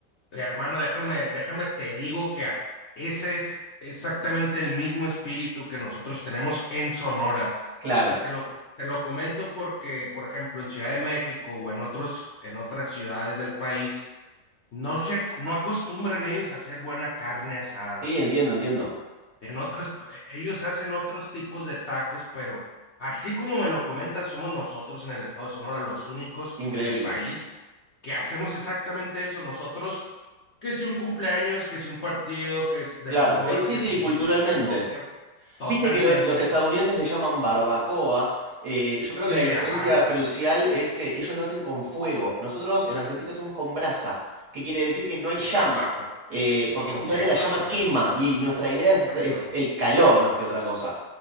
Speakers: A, on the left; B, on the right.
A: hermano, déjame, déjame, te digo que a- ese es exactamente el mismo espíritu que nosotros tenemos en Sonora.
B: Claro.
A: Y te lo, te lo comento porque, por ejemplo, en Ciudad de México o en otros, en otras ciudades del país, no se, ac- no acostumbran ellos a hacer buena carne asada.
B: Sí, entiendo, entiendo.
A: En otras, ellos hacen otros tipos de tacos, pero así como me lo comentas, somos nosotros en el estado de Sonora los únicos
B: Increíble.
A: del país que hacemos exactamente eso. Nosotros, que si un cumpleaños, que si un partido, que es de
B: Claro,
A: fútbol,
B: eh, sí,
A: que
B: sí,
A: si
B: culturalmente.
A: el boxeo, totalmente.
B: Viste que lo- los estadounidenses le llaman barbacoa. eh, yo creo
A: Sí,
B: que la diferencia
A: ajá, ajá,
B: crucial es que ellos lo hacen con fuego. Nosotros en Argentina hacemos con brasa, que quiere decir que no hay
A: sí,
B: llama,
A: exacto.
B: eh, porque
A: Como
B: justamente
A: sí, exactamente,
B: la llama quema y y nuestra idea es,
A: exactamente,
B: es el calor más que otra cosa.